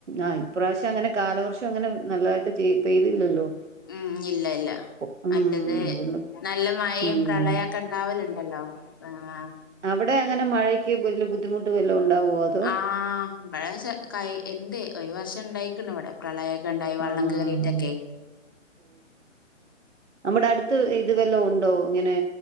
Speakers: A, on the right (about 60°); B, on the left (about 15°).
A: ആഹ് ഇപ്രാവശ്യം അങ്ങനെ കാലവർഷം അങ്ങനെ നല്ലതായിട്ട് പെയ് പെയ്തില്ലല്ലോ
B: ഉം ഇല്ല ഇല്ല
A: ഉം
B: മറ്റത്
A: അതുകൊണ്ടും
B: നല്ല മഴയും
A: ഉം
B: പ്രളയൊക്കെ ഇണ്ടാവല്ണ്ടല്ലോ ആഹ്
A: അവടെ അങ്ങനെ മഴക്ക് വല്ല ബുദ്ധിമുട്ട് വല്ലോ ഉണ്ടാവോ അ
B: ആഹ് ഇവടെച കൈ എന്തേ ഒരു വർഷം ഇണ്ടായി ക്ക്ണ്ട്ഇവടെ പ്രളയൊക്കെ ഇണ്ടായി വള്ളം
A: ആഹ്
B: കേറിയിട്ടൊക്കെ
A: നമ്മടെ അടുത്ത് ഇത് വല്ലോം ഉണ്ടോ ഇങ്ങനെ